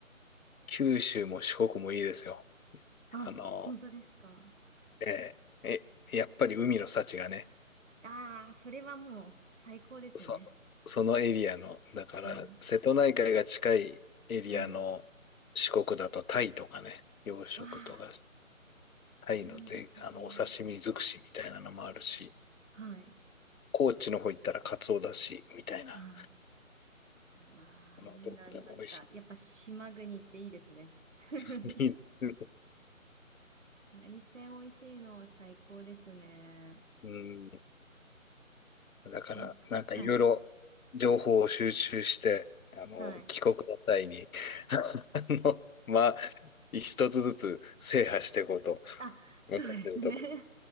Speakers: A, on the left (about 80°); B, on the right (about 60°).
A: 九州も四国もいいですよ。
B: あ、
A: あの
B: 本当ですか。
A: ええ、え、やっぱり海の幸がね、
B: ああ、それはもう最高ですね。
A: そ、そのエリアの、だから、
B: はい。
A: 瀬戸内海が近いエリアの四国だとタイとかね、
B: はい。
A: 養殖とか、
B: わあ、
A: タイので、
B: いいですね。
A: あの、お刺身尽くしみたいなのもあるし、
B: はい。
A: 高知の方行ったらカツオだし、みたいな、
B: はあ、うわあ、
A: あの、
B: いいな。
A: どこでも美味し
B: なんか、やっぱ島国っていいですね。<laughs>
A: い。<laughs> いいですね。
B: 海鮮美味しいのは最高ですね。
A: うんだから、
B: なんか、
A: なんかいろいろ情報を収集して、
B: はい。
A: あの、
B: はい。
A: 帰国の際に、<laughs> あの、まあ、一つずつ制覇していこうと
B: あ、そうですね。
A: 思ってるとこ。